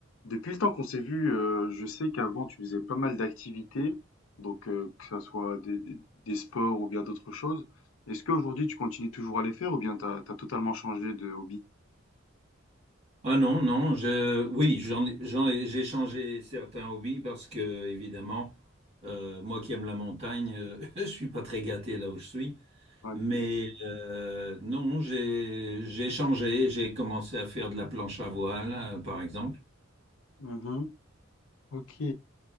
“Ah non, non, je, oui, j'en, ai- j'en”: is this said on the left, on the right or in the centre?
Right